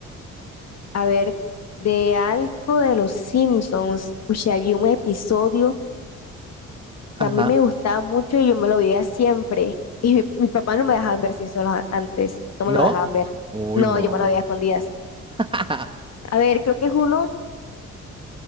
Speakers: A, on the left; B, on the right.
A: A ver, de algo de los Simpsons. Uy, había un episodio.
B: Ajá.
A: que a mí me gustaba mucho y yo me lo veía siempre. Y <laughs> mi, mi papá no me dejaban ver si solo antes, no
B: ¿No?
A: me lo dejaban ver.
B: Uy,
A: No,
B: no.
A: yo me lo veía a escondidas.
B: <laughs>
A: A ver, creo que es uno,